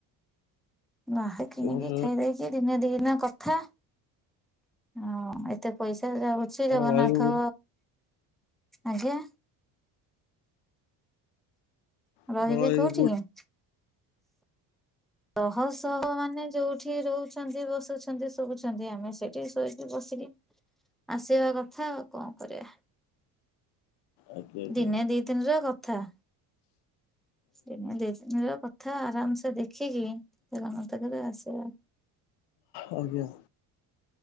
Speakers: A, in the centre; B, on the left.
A: ବାହାରେ କିଣିକି
B: ଏ ବର୍ଷ
A: ଖାଇଦେଇଛି। ଦିନେ ଦି ଦିନ କଥା ହଁ ଏତେ ପଇସା ଯାଉ ଶ୍ରୀ
B: ଆପଣ
A: ଜଗନ୍ନାଥ
B: ରହିବୁ
A: ଆଜ୍ଞା।
B: ଆପଣ
A: ରହିବି
B: ରହିବେ
A: କୋଉଠି କି? ଶହ ଶହ ମାନେ ଯୋଉଠି ରହୁଛନ୍ତି ବସୁଛନ୍ତି ସୋଉଛନ୍ତି ଆମେ ସେଠି ଶୋଇ ବସିକି ଆସିବା କଥା ଆଉ କଣ କରିବା।
B: ଆଜ୍ଞା
A: ଦିନେ ଦିନିର କଥା। ଦିନେ ଦି ଦିନର କଥା ଆରାମସେ ଦେଖିକି ସେ ତ ମୋତେ କହିଲେ ଆସିବ।
B: ଆଜ୍ଞା।